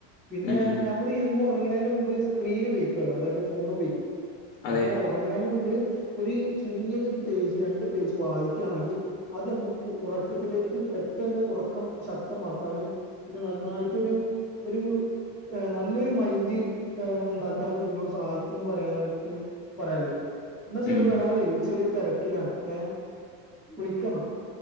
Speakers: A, in the centre; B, on the left.
A: പിന്നെ
B: ഉം ഉം
A: നമ്മള് എന്നും ഉറങ്ങ്ണൈൻ്റെ മുംബ് സ്ക്രീൻ ഉപയോഗിക്കല്ലോ, അതായത് ഫോൺ ഉപയോഗിക്കും.
B: അതെ
A: അപ്പൊ ഉറങ്ങണൈൻ്റെ മുംമ്പ്. ഒര് ചുരുങ്ങിയത് ഒരുപേജ്, രണ്ട്പേജ്, വായിക്കാണെങ്കിൽ. അത് നമുക്ക് ഉറക്കത്തിലേക്ക്, പെട്ടെന്ന് ഉറക്കം ശക്തമാക്കാനും. പിന്നെ നന്നായിട്ടൊരു ഒരു നല്ലൊരു മൈൻഡ് ഉണ്ടാക്കി. താനും ഇതിനോട് സഹായിക്കുന്ന് പറയാനാണ് ക്ക് പറയാള്ളത്. ന്നാ ശെരൃടാ
B: ഉം
A: ഞാനെ ഒരു ചെറിയ തെരക്ക്. ക്കിലാണ്, ഏ.. വിളിക്കന്നാ.